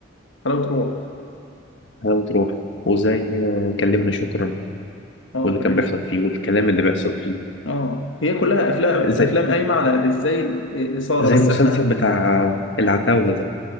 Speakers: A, on the left; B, on the left.
A: حلاوه روح
B: هلا وتروح وزي آه، كلمنا شكرا
A: اه
B: واللي
A: كلمني
B: كان بيحصل
A: شويه
B: فيه والكلام اللي بيحصل فيه
A: اه هي كلها افلام
B: آه، زي
A: افلام قايمه على ازاي الاثاره
B: زي
A: بس
B: المسلسل
A: احنا هن-
B: بتاع آه، العتاولة ده